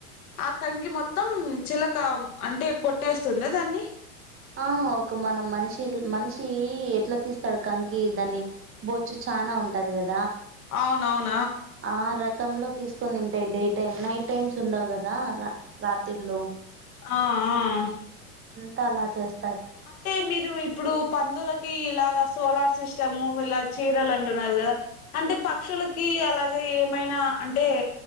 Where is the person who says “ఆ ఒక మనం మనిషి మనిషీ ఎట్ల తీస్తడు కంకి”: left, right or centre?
Right